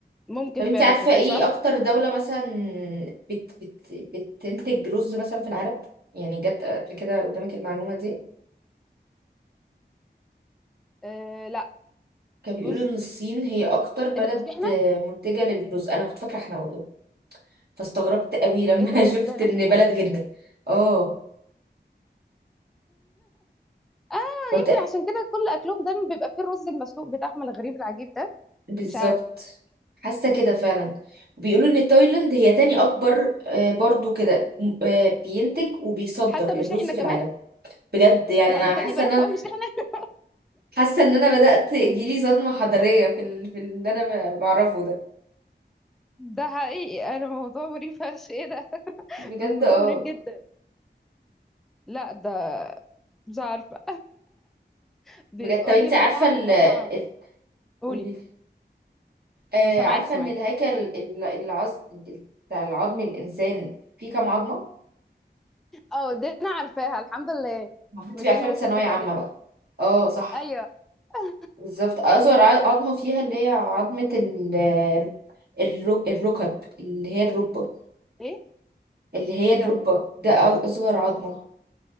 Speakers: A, in the centre; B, on the right.
A: ممكن
B: طب انت
A: فعلا
B: عارفة
A: تصدق
B: ايه
A: صح
B: اكتر دولة مثلا بت بت بتنتج رز مثلا في العالم يعني جت قبل كده قدامك المعلومة دي
A: آه لا
B: كانوا بيقولوا
A: رز
B: ان الصين هي اكتر بلد
A: ايه ده مش احنا
B: منتجة للرز انا كنت فاكرة احنا والله فاستغربت قوي لما
A: ايه ده يعني
B: <laughs> شفت
A: ما طلعناش
B: ان
A: احنا
B: بلد غيرنا اه
A: <laughs> اه
B: هو تق-
A: يمكن عشان كده كل اكلهم دايما بيبقى فيه الرز المسلوق بتاعهم الغريب العجيب ده
B: بالظبط
A: مش عارف
B: حاسة كده فعلا وبيقولوا ان تايلاند هي تاني اكبر آه، برضو كده م- آه، بينتج وبيصدر
A: حتى مش
B: الرز
A: احنا
B: في
A: كمان
B: العالم بجد يعني
A: يعني
B: انا
A: تاني
B: حاسة
A: بالك
B: ان
A: كمان مش احنا
B: حاسه ان انا بدات يجيلي صدمه حضاريه في ال... في اللي انا ب- بعرفه ده
A: ده حقيقي انا موضوع مريب فشخ ايه ده
B: بجد
A: موضوع
B: اه
A: مريب جدا لا ده مش عارفه <laughs> بيقول
B: بجد طب انت
A: لك
B: عارفه
A: طبعا
B: ال
A: ان
B: ال-
A: احنا قولي
B: قولي لي. آه
A: سامعاكي
B: عارفه
A: سامعاكي
B: ان الهيكل ال- العظ ال- بتاع العظم الانسان فيه كام عظمه
A: اه دي انا عارفاها الحمد لله
B: المفروض
A: 206
B: تبقى عارفاها من ثانويه
A: تقريبا
B: عامه بقى اه صح
A: ايوه <laughs>
B: بالظبط اصغر ع- عظمه فيها اللي هي عظمه ال الرو- الركب اللي هي الركبه
A: ايه
B: اللي هي
A: ايه
B: الركبه
A: ده
B: ده اصغر عظمه